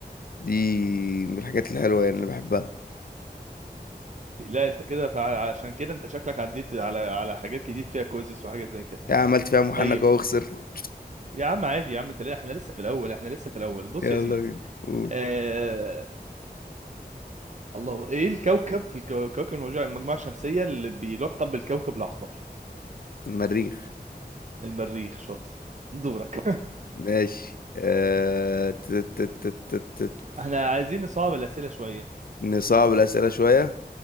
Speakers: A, on the left; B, on the right.
A: دي من الحاجات الحلوة يعني اللي بحبها
B: لا انت كده فع- عشان كده انت شكلك عديت على على حاجات كتير فيها كويزز وحاجات زي كده
A: يعني عملت فيها محنك
B: طيب
A: اهو وخسرت
B: يا عم عادي يا عم انت احنا لسه في الاول احنا لسه في الاول
A: <laughs>
B: بص
A: يلا
B: يا سيدي
A: بينا قول
B: آه... اللهم ايه الكوكب في الكو- كوكب المجموعه المجموعة الشمسيه اللي بيلقب بالكوكب الاحمر
A: مريخ
B: المريخ شاطر دورك
A: ماشي آه... ت- ت- ت- ت- ت-
B: <laughs> احنا عايزين نصعب الاسئله شويه
A: نصعب الأسئلة شوية